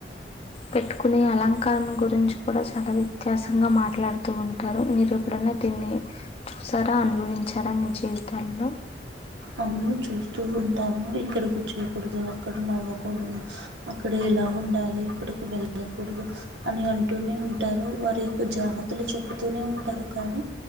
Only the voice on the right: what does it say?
అవును చూస్తూ ఉంటాము ఇక్కడ కూర్చోకూడదు అక్కడ నవ్వకూడదు అక్కడ ఎలా ఉండాలి ఇక్కడికి వెళ్ళకూడదు అని అంటూనే ఉంటారు వారి యొక్క జాగ్రత్తలు చెపుతూనే ఉంటారు కానీ